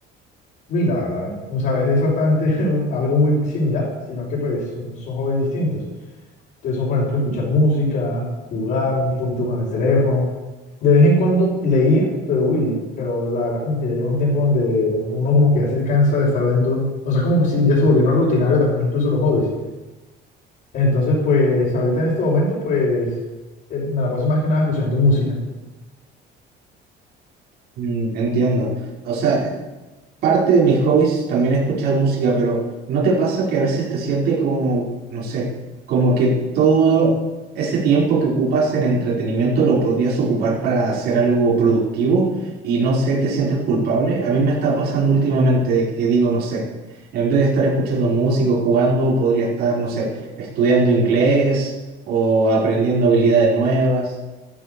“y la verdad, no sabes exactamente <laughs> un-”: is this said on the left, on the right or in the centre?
Left